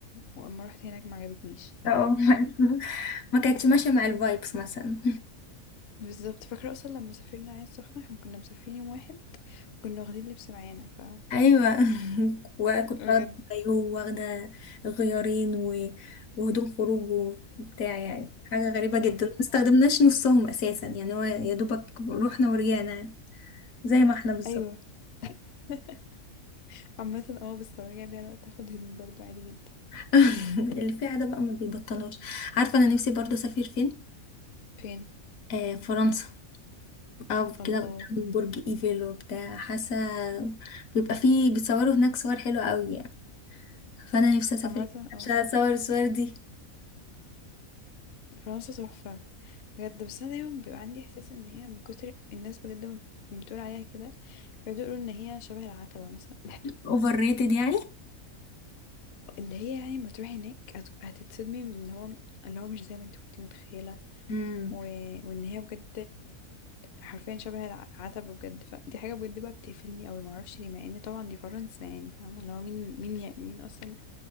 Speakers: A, on the left (about 55°); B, on the left (about 75°).
A: واما رحت هناك ما عجبتنيش
B: اه <laughs> ما ما كانتش ماشية مع الفايبس مثلا
A: بالظبط فاكرة أصلا لما سافرنا عين السخنة احنا كنا مسافرين يوم واحد وكنا واخدين لبس معانا ف
B: ايوه <laughs> وكنت
A: بجد
B: واخده كايو واخده غيارين و- وهدوم خروج وبتاع يعني حاجه غريبه جدا
A: بالظبط.
B: ما استخدمناش نصهم اساسا يعني هو يا دوبك رحنا ورجعنا زي ما احنا بالظبط
A: أيوه <laughs> عامة اه بس لو رجع بيا الوقت هاخد هدوم برضو عادي جدا
B: <laughs> اللي فيها ده بقى ما بيبطلهاش عارفه انا نفسي برضه اسافر فين
A: فين
B: آه فرنسا او
A: الله
B: كده قدام برج ايفل وبتاع حاسه بيبقى فيه بيتصوروا هناك صور حلوه قوي يعني فانا نفسي اسافر
A: عامة اه
B: عشان اصور الصور دي
A: فرنسا تحفة بجد بس أنا دايما بيبقى عندي إحساس إن هي من كتر الناس بجد ما بتقول عليها كده يقعدوا يقولوا إن هي شبه العتبة مثلا
B: اوفر ريتد يعني
A: اللي هي يعني ما تروحي هناك هت- هتتصدمي من إن هو اللي هو مش زي ما انت كنت متخيلة
B: امم
A: و... وان هي بجد حرفيا شبه العتبة بجد فدي حاجة بجد بقى بتقفلني قوي معرفش ليه مع ان طبعا دي فرنسا يعني فاهمة اللي هو مين مين ي... مين اصلا